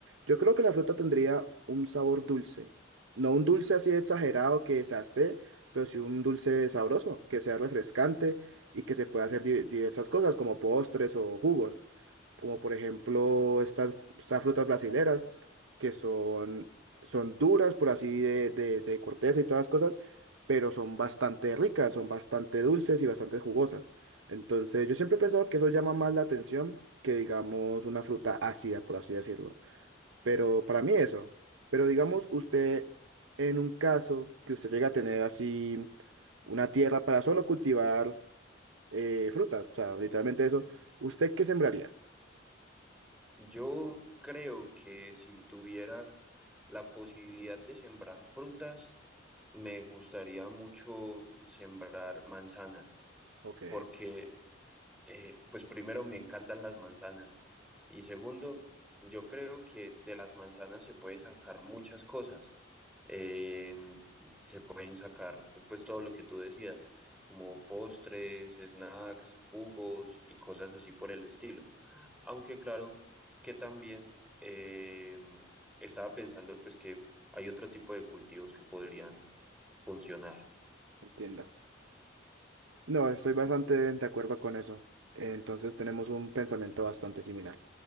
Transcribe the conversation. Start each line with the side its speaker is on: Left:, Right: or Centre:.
Right: Yo creo que la fruta tendría un sabor dulce, no un dulce así exagerado que se esté, pero sí un dulce sabroso, que sea refrescante y que se pueda hacer di- diversas cosas como postres o jugos como por ejemplo estas, estas frutas brasileras, que son, son duras, por así, de, de, de corteza y todas las cosas, pero son bastante ricas, son bastante dulces y bastante jugosas. Entonces, yo siempre he pensado que eso llama más la atención que, digamos, una fruta ácida, por así decirlo. Pero para mí eso. Pero digamos, usted, en un caso que usted llega a tener así una tierra para solo cultivar eh, frutas, o sea, literalmente eso, ¿usted qué sembraría?
Centre: Yo creo que si tuviera la posibilidad de sembrar frutas, me gustaría mucho sembrar manzanas,
Right: Ok.
Centre: porque eh, pues primero me encantan las manzanas y segundo, yo creo que de las manzanas se puede sacar muchas cosas. Eh, se pueden sacar pues todo lo que tú decidas, como postres, snacks, jugos y cosas así por el estilo. Aunque claro que también eh, estaba pensando pues que hay otro tipo de cultivos que podrían funcionar.
Right: Entiendo. No, estoy bastante de acuerdo con eso. Entonces tenemos un pensamiento bastante similar.